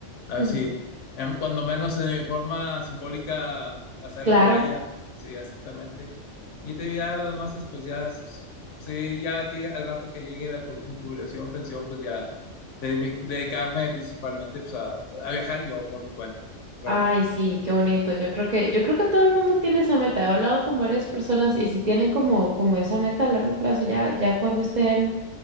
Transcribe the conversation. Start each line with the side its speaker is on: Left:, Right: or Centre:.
Left: a ver
Right: Ujú.
Left: si Em, Cuando menos de forma simbólica hacerlo
Right: Claro.
Left: con ella. Sí, exactamente. Y te ya lo demás es pues ya es- sí, ya que ya- al rato que llegue la ju- mi jubilación, pensión, pues ya de- mi- dedicarme principalmente pues a, a viajar yo por mi cuenta, realmente.
Right: Ay, sí, qué bonito. Yo creo que, yo creo que todo el mundo tiene esa meta. He hablado con varias personas y si tienen como, como esa meta a largo plazo, ya, ya cuando estén